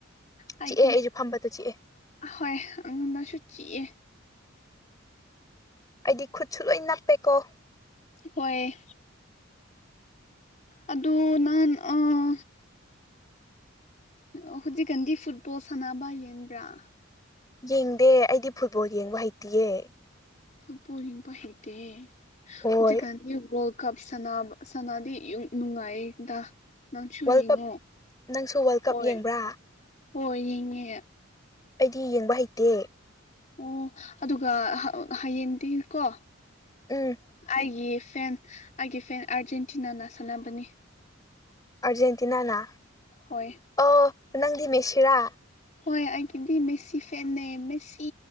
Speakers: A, on the left; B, on the left.
A: ꯑꯩꯒꯤ
B: ꯆꯤꯛꯑꯦ ꯑꯩꯁꯨ ꯐꯝꯕꯗ ꯆꯤꯛꯑꯦ
A: ꯍꯣꯏ ꯑꯩꯉꯣꯟꯗꯁꯨ ꯆꯤꯛꯑꯦ
B: ꯑꯩꯗꯤ ꯈꯨꯠꯁꯨ ꯂꯣꯏꯟ ꯅꯞꯄꯦꯀꯣ
A: ꯍꯣꯏ ꯑꯗꯨ ꯅꯟ ꯑꯥ ꯍꯧꯖꯤꯛꯀꯥꯟꯗꯤ ꯐꯨꯠꯕꯣꯜ ꯁꯥꯟꯅꯕ ꯌꯦꯡꯕ꯭ꯔꯥ
B: ꯌꯦꯡꯗꯦ ꯑꯩꯗꯤ ꯐꯨꯠꯕꯣꯜ ꯌꯦꯡꯕ ꯍꯩꯇꯤꯌꯦ
A: ꯐꯨꯠꯕꯣꯜ ꯌꯦꯡꯕ ꯍꯩꯗꯦ
B: ꯍꯣꯏ
A: ꯍꯧꯖꯤꯛ ꯀꯥꯟꯗꯤ ꯒꯣꯜ ꯀꯞ ꯁꯅꯥꯕ ꯁꯅꯥꯗꯤ ꯅꯨꯡꯉꯥꯏꯌꯦꯗꯥ ꯅꯪꯁꯨ
B: ꯋꯥꯔꯜ
A: ꯌꯦꯡꯉꯣ
B: ꯀꯞ ꯅꯪꯁꯨ ꯋꯥꯔꯜ ꯀꯞ
A: ꯍꯣꯏ
B: ꯌꯦꯡꯕ꯭ꯔꯥ
A: ꯍꯣꯏ ꯌꯦꯡꯉꯦ
B: ꯑꯩꯗꯤ ꯌꯦꯡꯕ ꯍꯩꯇꯦ
A: ꯑꯣ ꯑꯗꯨꯒ ꯍꯌꯦꯡꯗꯤ ꯀꯣ
B: ꯎꯝ
A: ꯑꯩꯒꯤ ꯐꯦꯟ ꯑꯩꯒꯤ ꯐꯦꯟ ꯑꯥꯔꯖꯦꯟꯇꯤꯅꯥꯅ ꯁꯥꯟꯅꯕꯅꯤ
B: ꯑꯔꯖꯦꯟꯇꯤꯅꯥꯅ
A: ꯍꯣꯏ
B: ꯑꯣ ꯅꯪꯗꯤ ꯃꯦꯁꯤꯔꯥ
A: ꯍꯣꯏ ꯑꯩꯒꯤꯗꯤ ꯃꯦꯁꯤ ꯐꯦꯟꯅꯦ ꯃꯦꯁꯤ